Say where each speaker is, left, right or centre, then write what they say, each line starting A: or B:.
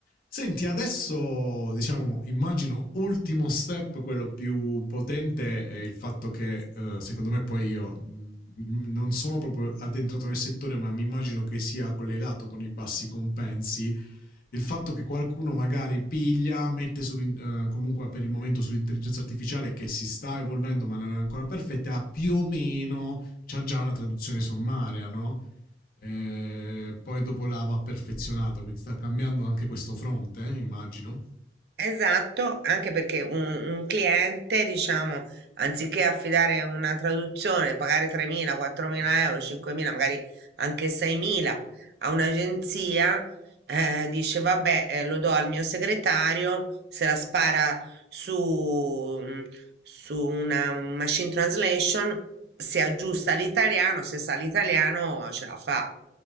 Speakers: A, on the left; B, on the right.
A: Senti, adesso diciamo, immagino ultimo step, quello più potente, è il fatto che eh, secondo me poi io mh, non sono proprio addentrato nel settore, ma mi immagino che sia collegato con i bassi compensi. Il fatto che qualcuno magari piglia, mette su, eh, comunque per il momento sull'intelligenza artificiale che si sta evolvendo ma non è ancora perfetta, ha più o meno, c'ha già una traduzione sommaria, no? Eh, poi dopo la va perfezionata, quindi sta cambiando anche questo fronte, eh, immagino.
B: Esatto, anche perché un, un cliente, diciamo, anziché affidare una traduzione, pagare 3.000, 4.000 euro, 5.000, magari anche 6.000 a un'agenzia, eh, dice, vabbè, eh, lo do al mio segretario, se la spara su, mm, su una machine translation, si aggiusta all'italiano, se sa l'italiano ce la fa.